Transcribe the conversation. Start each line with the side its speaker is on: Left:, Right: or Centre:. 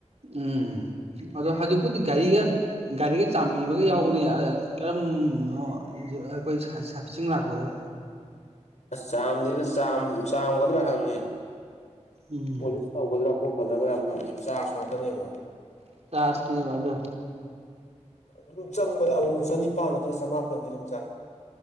Right: ꯎꯝ ꯑꯗ ꯍꯥꯏꯖꯤꯛ ꯀꯗꯤ ꯒꯥꯔꯤꯒ ꯒꯥꯔꯤꯒ ꯆꯥꯟꯝꯕꯤꯕꯒ ꯌꯥꯎꯕꯅꯦ ꯀꯔꯝꯕꯅꯣ ꯑꯩꯈꯣꯏ ꯁꯥꯔꯕꯤꯤꯁꯤꯡ ꯂꯥꯛꯄꯒ
Left: <inaudible> ꯑꯁ ꯆꯥꯝꯗꯦꯗ ꯆꯥꯝꯒꯗ꯭ꯔꯥ ꯍꯪꯉꯦ
Right: ꯎꯝ
Left: ꯄꯣꯂꯤꯁ ꯇꯧꯒꯗ꯭ꯔꯥ ꯈꯣꯠ ꯈꯜꯂꯒ ꯌꯥꯝ ꯍꯪꯉꯦ ꯆꯥꯔꯖ ꯉꯥꯛꯇꯅꯦꯕ
Right: <unintelligible>
Left: ꯎꯝ ꯑꯗꯨꯝ ꯆꯪꯕꯗ ꯑꯃꯨꯛ ꯆꯅꯤꯄꯥꯜ ꯅꯠꯇ꯭ꯔꯒ ꯆꯃꯥꯄꯜꯗꯤ ꯑꯗꯨꯝ ꯆꯪꯉꯤ